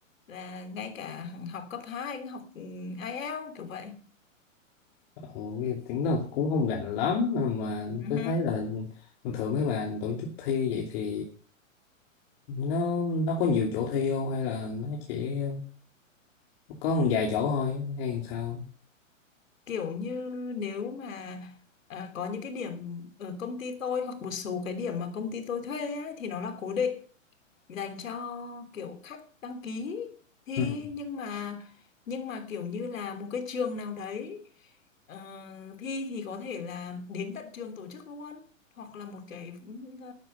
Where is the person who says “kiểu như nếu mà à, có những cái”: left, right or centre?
Left